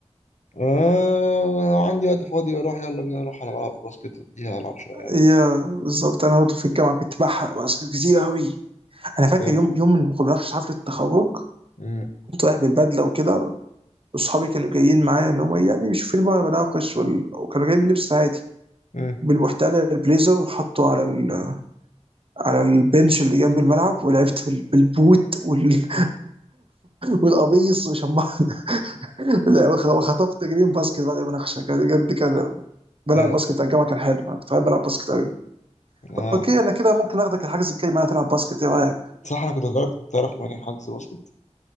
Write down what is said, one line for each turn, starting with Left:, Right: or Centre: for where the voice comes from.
Left: آه لو عندي وقت فاضي بروح يلا بينا نروح على ملعب الباسكت أديها ألعب شوية
Right: يا بالظبط انا برضه في الجامعه كنت بحرق بس كتير قوي انا فاكر
Left: جامد
Right: يوم يوم من مقابلات حفله التخرج
Left: مم.
Right: كنت رايح بالبدله وكده واصحابي كانوا جايين معايا ان هم يعني يشوفوني بقى بناقش وال... وكانوا جايين بلبس عادي
Left: مم.
Right: بالبحتال البليزر وحطه على ال... على البنش اللي جنب الملعب ولعبت بال... بالبوت وال... <laughs> والقميص وشمعت <laughs> لا وخ- وخطفت جرين باسكت بعد المناقشه كان بجد كان بلعب
Left: <laughs> جامد
Right: باسكت بتاع الجامعه كان حلو انا كنت بحب العب باسكت قوي
Left: آه
Right: اوكي انا كده ممكن اخدك الحجز الجاي معايا تلعب باسكت ايه رايك؟
Left: صح أنا كنت هسألك تعرف مكان حجز باسكت